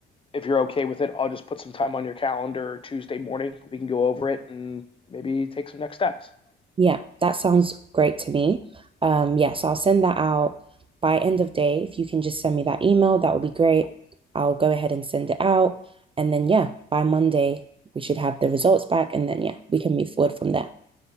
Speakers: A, on the left; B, on the right.
A: if you're okay with it, I'll just put some time on your calendar Tuesday morning. We can go over it and maybe take some next steps.
B: Yeah, that sounds great to me. Um, yes, I'll send that out by end of day. If you can just send me that email, that would be great. I'll go ahead and send it out. And then, yeah, by Monday, we should have the results back. And then, yeah, we can move forward from there.